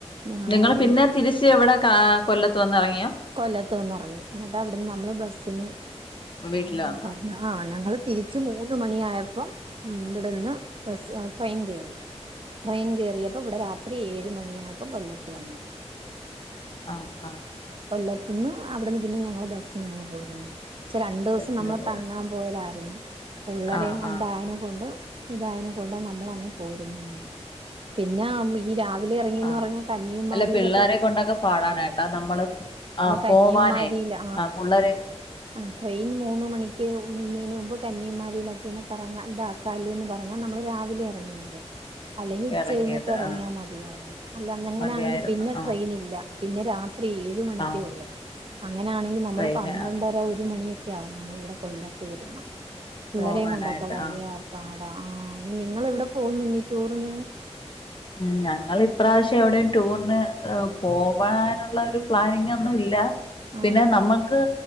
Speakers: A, on the right; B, on the left.
A: ആ
B: നിങ്ങൾ പിന്നെ
A: എൻ
B: തിരിച്ച് ഇവിടെ കാ കൊല്ലത്ത് വന്ന് ഇറങ്ങിയോ?
A: കൊല്ലത്ത് വന്ന് ഇറങ്ങി, എന്നിട്ട് അവിടുന്ന് നമ്മള് ബസ്സിന്
B: വീട്ടില്
A: ആഹ്
B: വന്നാ
A: പറഞ്ഞോ. ആഹ് ഞങ്ങൾ തിരിച്ച് മൂന്ന് മണിയായപ്പം ഇവിടുന്ന്. ബസ്സ് ട്രെയിൻ കേറി ട്രെയിൻ കയറിയപ്പോൾ ഇവിടെ രാത്രി ഏഴ് മണിയായപ്പോൾ കൊല്ലത്ത് വന്നു.
B: ആഹ് ആഹ്
A: കൊല്ലത്തിന് അവിടുന്ന് പിന്നെ ഞങ്ങളെ ബസ്സിന് അങ്ങ് പോരുന്നു, പക്ഷെ രണ്ടു ദിവസം
B: ബസിന്
A: നമ്മള്
B: പോയാ
A: തങ്ങാൻ. പോയതായിരുന്നു ഉള്ളവരെയും
B: ആഹ്
A: കൊണ്ട്
B: ആഹ്
A: ആയേനെ കൊണ്ട്. ഇത് ആയേനെ കൊണ്ട് നമ്മൾ അങ്ങ് പോരുന്നു ഇന്ന് പിന്നെ ആഹ്. ഈ രാവിലെ ഇറങ്ങിയെന്ന്
B: ആഹ്
A: പറഞ്ഞാൽ കന്യാകുമാരിയില്
B: അല്ല പിള്ളേരെ
A: ഒക്കെ കേ
B: കൊണ്ടൊക്കെ പാടാണ് കേട്ടോ നമ്മള് ആഹ്
A: കന്യാകുമാരിയില്
B: പോവാനെ ആഹ് പുള്ളരെയും.
A: ആഹ് ട്രെയിൻ മൂന്ന് മണിക്ക് ഉന്നെന്നതിന് മുമ്പ്. കന്യാകുമാരിയിലൊക്കെ ആണ് കറങ്ങാ ഇതെക്കല്ലെന്ന് പറഞ്ഞു നമ്മള് രാവിലെ ഇറങ്ങിയത്. അല്ലെങ്കിൽ ഉച്ച
B: എറങ്ങിയത്
A: കഴിഞ്ഞിട്ട് ഇറങ്ങിയാൽ
B: ആഹ്
A: മതിയായിരുന്നു, അല്ല അങ്ങനെയാണെങ്കിൽ
B: മതിയായിരുന്നു
A: പിന്നെ
B: ആഹ്
A: ട്രെയിൻ ഇല്ല. പിന്നെ രാത്രി ഏഴ് മണിക്ക്
B: ആഹ്
A: ഒള്ളൂ, അങ്ങനൊണെങ്കിൽ നമ്മള്
B: ട്രെയിന്
A: പന്ത്രണ്ടര.
B: ആഹ്
A: ഇതാ ഒരു മണിയൊക്കെ ആവും നമ്മള് ഇവിടെ കൊല്ലത്ത് വരുന്നാ പിള്ളരെയും
B: പോവാനായിട്ട്
A: കൊണ്ടൊക്കെ വലിയ.
B: ആഹ്
A: പാടാ ആഹ് നിങ്ങൾ എവിടെ പോവുന്നു ഈ ടൂറിന്?
B: ഉം ഞങ്ങള് ഇപ്രാവശ്യം എവിടെയും ടൂറിന് പോവാനുള്ള ഒരു പ്ലാനിങ് ഒന്നും ഇല്ല.
A: ആ
B: പിന്നെ നമുക്ക്‌.